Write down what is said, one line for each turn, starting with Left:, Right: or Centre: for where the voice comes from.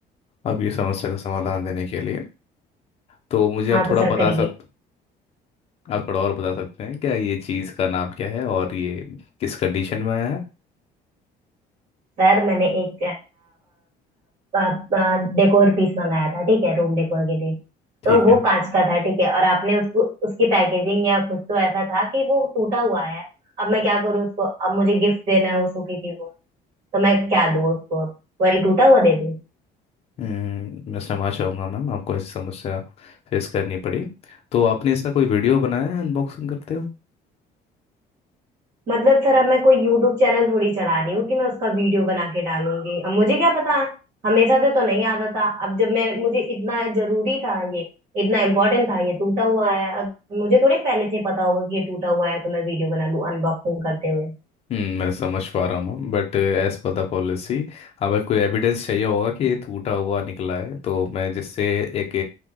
Left: आपकी समस्या का समाधान देने के लिए तो मुझे
Right: हाँ
Left: आप
Right: तो
Left: थोड़ा
Right: सर
Left: बता
Right: करिए
Left: सकते आप थोड़ा और बता सकते हैं क्या ये चीज़ का नाम क्या है और ये किस कंडीशन में आया है
Right: सर मैंने एक डेकोर पीस मंगाया था ठीक है रूम डेकोर के लिए
Left: ठीक
Right: तो वो
Left: है
Right: कांच का था ठीक है और आपने उसको उसकी पैकेजिंग या कुछ तो ऐसा था कि वो टूटा हुआ है अब मैं क्या करूँ उसको अब मुझे गिफ्ट देना है उसको किसी को तो मैं क्या दूँ उसको वही टूटा हुआ दे दूँ
Left: हम्म, मैं क्षमा चाहूँगा मैम आपको ऐसी समस्या फेस करनी पड़ी तो आपने इसका कोई वीडियो बनाया है अनबॉक्सिंग करते
Right: मतलब सर अब मैं कोई यूट्यूब चैनल थोड़ी चला रही हूँ कि मैं उसका वीडियो बना के डालूंगी अब मुझे क्या पता हमेशा से तो नहीं आता था अब जब मैं मुझे इतना जरूरी था ये इतना इम्पोर्टेंट था ये टूटा हुआ है अब मुझे थोड़ी पहले से ही पता होगा कि ये टूटा हुआ है तो मैं वीडियो बना लूँ अनबॉक्सिंग करते हुए
Left: हम्म, मैं समझ पा रहा हूँ but as per the policy अगर कोई एविडेंस चाहिए होगा कि ये टूटा हुआ निकला है तो मैं जिससे एक